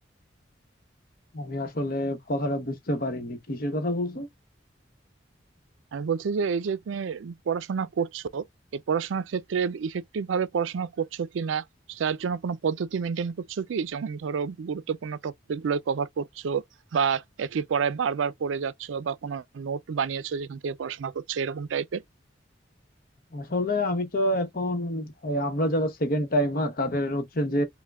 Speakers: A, on the left (about 50°); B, on the right (about 85°).
A: আমি আসলে কথাটা বুঝতে পারিনি কিসের কথা বলছো
B: আমি বলছি যে এই যে তুমি পড়াশোনা করছো এই পড়াশোনার ক্ষেত্রে ইফেক্টিভ ভাবে পড়াশোনা করছো কি না তার জন্য কোনো পদ্ধতি মেনটেন করছো কি যেমন ধরো গুরুত্বপূর্ণ টপিক গুলো কভার করছো বা একই পড়ায় বারবার পড়ে যাচ্ছো বা কোনো নোট বানিয়েছো যেখান থেকে পড়াশোনা করছো এরকম টাইপের
A: আসলে আমি তো এখন এই আমরা যারা সেকেন্ড টাইমার তাদের হচ্ছে যে